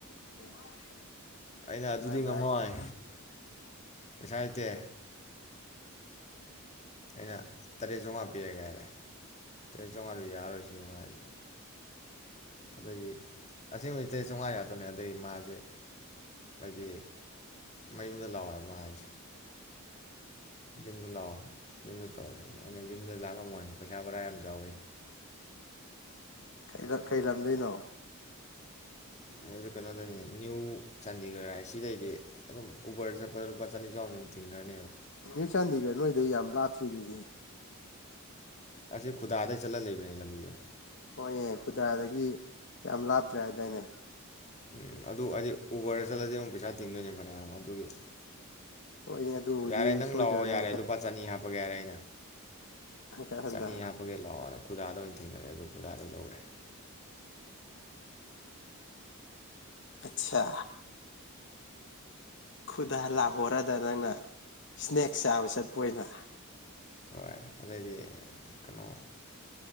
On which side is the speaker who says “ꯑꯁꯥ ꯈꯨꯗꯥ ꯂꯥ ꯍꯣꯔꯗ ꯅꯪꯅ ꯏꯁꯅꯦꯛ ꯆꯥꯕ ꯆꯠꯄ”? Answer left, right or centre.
Left